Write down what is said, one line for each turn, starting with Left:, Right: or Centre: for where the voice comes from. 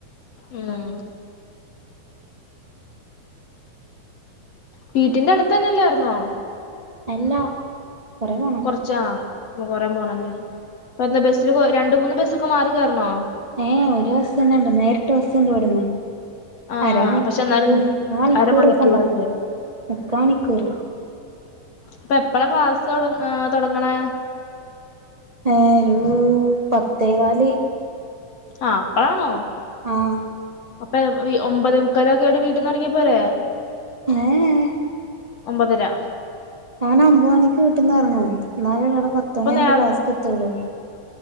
Left: ഉം വീട്ടിന്റെ അടുത്ത് തന്നെയല്ലാർന്നോ
Right: അല്ല കൊറെ പോണം
Left: കൊറച്ചാ കൊറെ പോണല്ലേ ഇപ്പ എന്ന ബസ്സില് രണ്ടു മൂന്ന് ബസ്സൊക്കെ മാറി കയറണോ
Right: ഏഹ് ഒരു ബസ്സന്നെണ്ട് നേരിട്ട് ബസ്സുണ്ട് ഇവിടന്ന്
Left: ആ
Right: അരണി
Left: പക്ഷെ എന്നാലും
Right: ഒരു മുക്കാ മണിക്കൂറൊക്കണ്ടാവും
Left: അരമണിക്കൂറല്ലേ
Right: മുക്കാ മണിക്കൂറ്
Left: അപ്പ എപ്പോഴാ ക്ലാസ് തുട തുടങ്ങണത്
Right: ഏഹ് ഒരു പത്തെകാല്
Left: ആഹ് അപ്പഴാണോ
Right: ആഹ്
Left: അപ്പൊ ഒമ്പത് മുക്കാല് ഒക്കൊയിട്ട് വീട്ടിന്ന് ഇറങ്ങിയപ്പോരേ
Right: ഏഹ് ഏഹ്
Left: ഒമ്പത്തര
Right: ഞാൻ ഒമ്പത് മണിക്ക് വീട്ടീന്നിറങ്ങും എന്നാലേ അവിടെ പത്ത്
Left: അപ്പൊ
Right: മണിയാകുമ്പോ
Left: നേ
Right: ക്ലാസ്സ്ക്ക്‌ എത്തുളളു